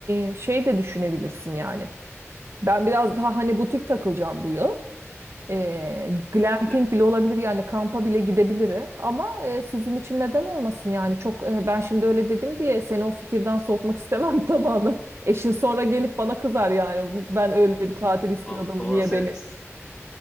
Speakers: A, on the right; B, on the left.
A: e, şey de düşünebilirsin yani. Ben biraz daha hani butik takılacağım bu yıl. Ee, glamping
B: Ya,
A: bile olabilir yani kampa bile gidebilirim. Ama e, sizin için neden olmasın yani çok e, ben şimdi öyle dedim diye seni o fikirden soğutmak istemem <laughs> tamamen. Eşin sonra gelip bana kızar yani Bu- ben öyle bir tatil istiyordum
B: valla, valla
A: niye
B: sevdim.
A: beni